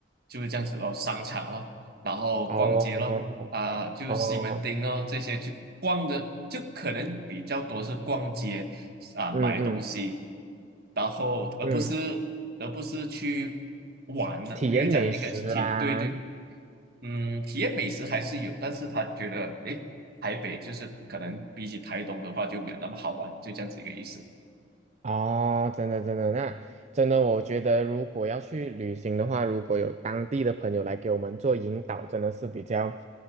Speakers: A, on the right; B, on the right.
A: 就是这样子咯，商场咯，然后逛街咯，
B: 哦
A: 啊、就是西门町咯这些去逛的，
B: 哦，
A: 就可能比较多是逛街啊、买东西，
B: 嗯嗯
A: 然后而不是而不是去玩了、
B: 嗯，体验美食啦，
A: 比如讲应该是体对对，嗯，体验美食还是有，但是他觉得诶，台北就是可能比起台东的话就没有那么好玩，就这样子一个意思。
B: 哦，真的真的，那真的，我觉得如果要去旅行的话，如果有当地的朋友来给我们做引导，真的是比较